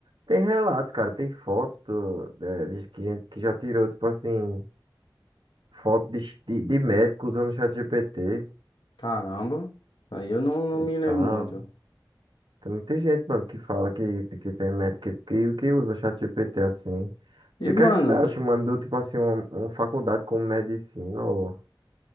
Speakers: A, on the right (about 80°); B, on the left (about 80°).
A: Tem relatos, cara, tem fotos do, é, de, que gente que já tirou, tipo assim, foto de, de, de médico usando o ChatGPT
B: Caramba, aí eu não, não
A: e
B: me lembro
A: tal.
B: muito.
A: Tem muita gente, mano, que fala que, que tem médico que, que usa ChatGPT assim.
B: E,
A: E o
B: mano,
A: que é que você acha, mano, do tipo assim, uma, uma faculdade como medicina ou